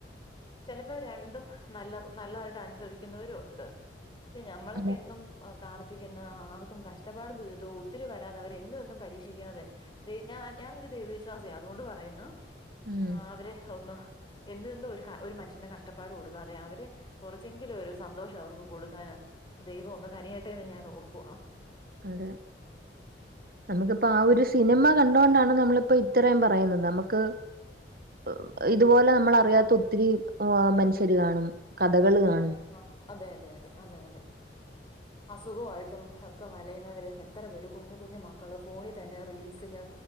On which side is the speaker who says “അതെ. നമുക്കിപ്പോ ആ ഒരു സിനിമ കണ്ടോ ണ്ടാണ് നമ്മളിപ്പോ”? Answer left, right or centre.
Right